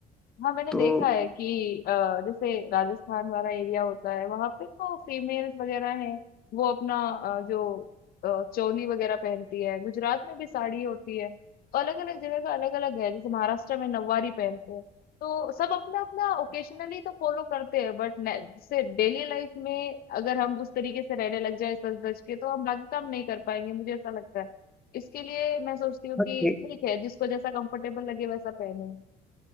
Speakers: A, on the left (about 60°); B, in the centre.
A: हाँ मैंने
B: तो
A: देखा है कि अ, जैसे राजस्थान वाला एरिया होता है वहां पे तो फीमेल्स वगैरह हैं वो अपना अ, जो अ, चोली वगैरह पहनती है गुजरात में भी साड़ी होती है अलग अलग जगह का अलग अलग है जैसे महाराष्ट्र में नववारी पहनते हैं तो सब अपना अपना ओकेशनली तो फॉलो करते हैं बट जैसे डेली लाइफ में अगर हम उस तरीके से रहने लग जाए सज धज के तो हम बाकी काम नहीं कर पाएंगे मुझे ऐसा लगता है इसके लिए मैं सोचती हूँ
B: हाँ,
A: कि
B: ठीक-
A: ठीक है जिसको जैसा कंफर्टेबल लगे वैसा पहने